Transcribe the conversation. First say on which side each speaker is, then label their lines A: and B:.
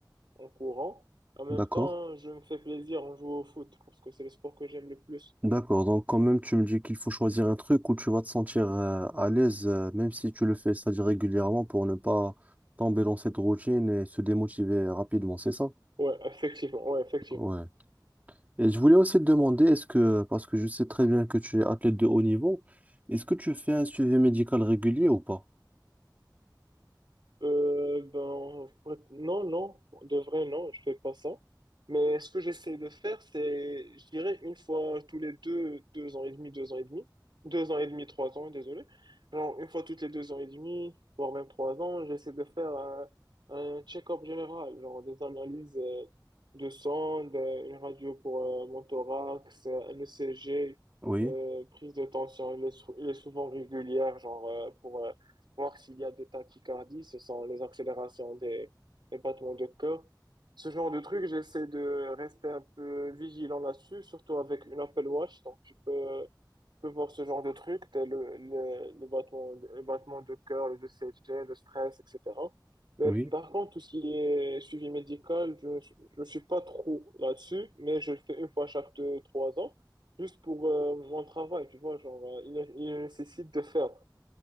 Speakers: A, on the right (about 80°); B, on the right (about 20°).
A: en courant. En même
B: d'accord.
A: temps, je me fais plaisir en jouant au foot parce que c'est le sport que j'aime le plus.
B: D'accord, donc quand même tu me dis qu'il faut choisir un truc où tu vas te sentir euh, à l'aise, euh, même si tu le fais, c'est-à-dire régulièrement pour ne pas tomber dans cette routine et se démotiver rapidement, c'est ça?
A: Ouais, effectivement. Ouais, effectivement.
B: Ouais. Et je voulais aussi te demander, est-ce que, parce que je sais très bien que tu es athlète de haut niveau, est-ce que tu fais un suivi médical régulier ou pas?
A: Euh, ben, pour être- non, non, de vrai, non, je fais pas ça. Mais ce que j'essaie de faire, c'est, je dirais, une fois tous les deux, deux ans et demi, deux ans et demi, deux ans et demi, trois ans, désolé. Genre, une fois toutes les deux ans et demi, voire même trois ans, j'essaie de faire un, un check-up général, genre des analyses euh, de sang, de- une radio pour euh, mon thorax, euh, un ECG,
B: Oui,
A: euh, prise de tension, elle est, sou- elle est souvent régulière, genre euh, pour euh, voir s'il y a des tachycardies, ce sont les accélérations des, des battements de cœur. Ce genre de truc, j'essaie de rester un peu vigilant là-dessus, surtout avec une Apple Watch. Donc, tu peux, tu peux voir ce genre de truc, tel le, le, le battement, le battement de cœur, les ECG, le stress, etc. Mais
B: oui,
A: par contre, tout ce qui est suivi médical, je ne suis pas trop là-dessus, mais je le fais une fois chaque deux, trois ans, juste pour euh, mon travail, tu vois, genre, euh, il, il nécessite de faire.